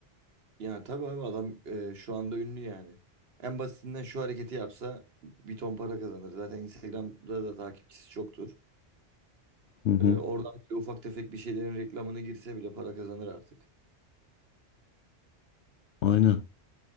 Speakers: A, on the right; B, on the left.
A: Yani tabii abi adam e, şu anda ünlü yani. En basitinden şu hareketi yapsa bir ton para kazanır. Zaten Instagram'da da takipçisi çoktur.
B: Hı hı.
A: Ee, oradan bile ufak tefek bir şeylerin reklamını girse bile para kazanır artık.
B: Aynen.